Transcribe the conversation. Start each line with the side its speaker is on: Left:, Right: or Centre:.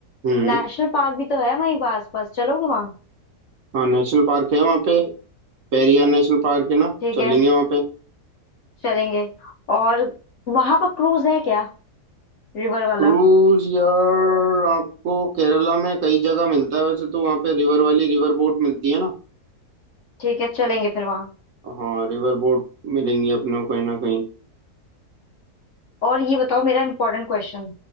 Right: हम्म
Left: नेशनल पार्क भी तो है वहीं पास पास चलोगे वहां
Right: हाँ नेशनल पार्क है वहाँ पे पेरियार नेशनल पार्क है ना
Left: ठीक
Right: चलेंगे
Left: है
Right: वहाँ पे
Left: चलेंगे और वहां पर क्रूज है क्या रिवर वाला
Right: क्रूज यार आपको केरला में कई जगह मिलता है वैसे तो वहाँ पे रिवर वाली रिवर बोट मिलती है ना
Left: ठीक है चलेंगे फिर वहां
Right: हाँ रिवर बोट मिलेंगी अपने को कहीं ना कहीं
Left: और ये बताओ मेरा इंपॉर्टेंट क्वेश्चन